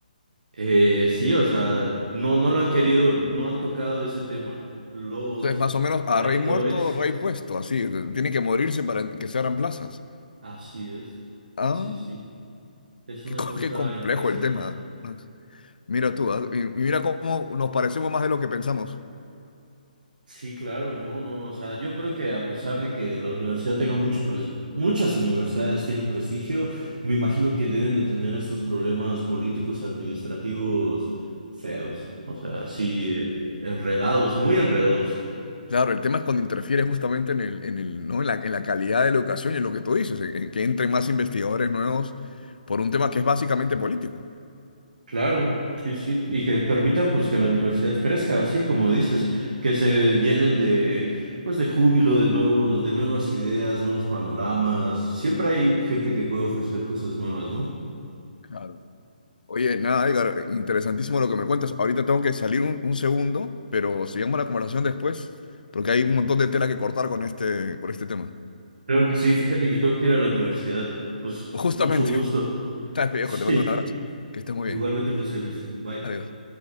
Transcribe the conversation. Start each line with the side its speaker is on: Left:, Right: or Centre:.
Right: Eh, sí, o sea, no, no lo han querido, no han tocado ese tema. Los
Left: Entonces, más o menos,
Right: rectores,
Left: a rey muerto, rey puesto, así. de- Tienen que morirse para que se abran plazas.
Right: así es.
Left: Ah,
Right: Sí, sí. Es
Left: qué,
Right: una
Left: co-
Right: cosa
Left: qué complejo
Right: impresionante.
Left: el tema, Max. Mira tú, ah, y, y mira cómo nos parecemos más de lo que pensamos.
Right: Sí, claro, no, no, o sea, yo creo que a pesar de que la universidad tenga mucho, pres- muchas universidades tienen prestigio, me imagino que deben de tener estos problemas políticos, administrativos feos, o sea, sí, eh, enredados, muy enredados,
Left: Claro, el tema es cuando interfiere justamente en el, en el, ¿no? en la, en la calidad de la educación y en lo que tú dices, en, en que entren más investigadores nuevos por un tema que es básicamente político.
Right: claro, sí, sí, y que permitan pues que la universidad crezca, así como dices, que se llenen de, pues de júbilo, de nuevos, de nuevas ideas, nuevos panoramas, siempre hay gente que puede ofrecer cosas nuevas, ¿no?
Left: Claro. Oye, nada, Edgar, interesantísimo lo que me cuentas. Ahorita tengo que salir un, un segundo, pero sigamos la conversación después, porque hay un montón de tela que cortar con este, con este tema.
Right: Claro que sí, fíjate que tengo que ir a la universidad. Pues
Left: Justamente.
Right: mucho gusto.
Left: <laughs>
Right: <laughs>
Left: Dale, viejo,
Right: Sí,
Left: te mando un abrazo. Que estés muy
Right: igualmente
Left: bien.
Right: José Luis. Bye.
Left: Adiós.